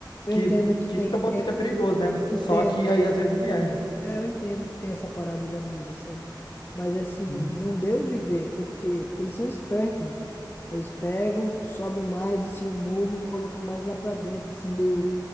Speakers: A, on the left; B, on the left.
A: Eu
B: que,
A: entendo que
B: que
A: tem,
B: fica botando
A: tem,
B: que é perigoso, né? Mas
A: que
B: só
A: tem.
B: que aí às vezes nem é.
A: É, eu entendo que tem essa parada da mídia, sabe? Mas assim,
B: Hum,
A: não deu de ver, por quê? Porque eles são espertos, mano. Eles pegam, sobe mais assim o morro e coloca mais lá pra dentro, assim, do,